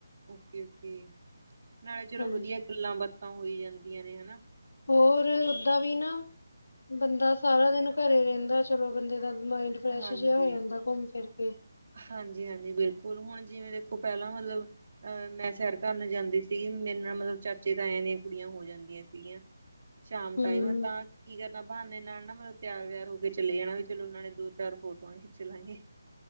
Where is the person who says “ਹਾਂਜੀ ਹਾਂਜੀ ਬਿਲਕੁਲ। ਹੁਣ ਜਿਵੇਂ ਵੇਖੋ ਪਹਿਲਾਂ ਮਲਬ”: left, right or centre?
Right